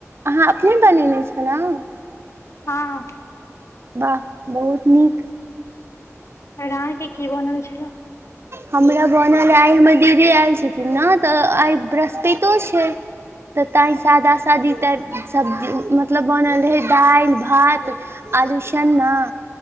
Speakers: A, on the right; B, on the left.
A: अहाँ अपने बनेने छ्लौं?
B: ह ह
A: बाह बहुत नीक।
B: अओर अहाके की बनल छेला?
A: हमरा बनल अई, आय हमर दीदी आयल छथिन न, त आय बृहस्पैतो छै। त तईं
B: हूँ
A: सादा सादी त सब्जी, मतलब बनल रहै दाइल भात आलुशन्ना,